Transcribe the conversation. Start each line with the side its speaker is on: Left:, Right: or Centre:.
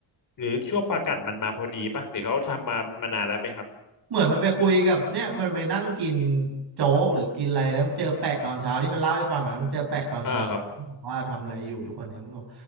Left: หรือช่วงปลากัดมันมาพอดีป่ะหรือเขาทำมามานานแล้วไหมครับ
Right: เหมือนมันไปคุยกับเนี่ยมันไปนั่งกินโจ๊กหรือกินอะไรแล้วมันเจอแปะตอนเช้าที่มันเล่าให้ฟังอะนะมันเจอแปะตอนเช้า
Left: อ่าครับ
Right: บอกว่าทำอะไรอยู่ทุกวันเนี่ยมันบอก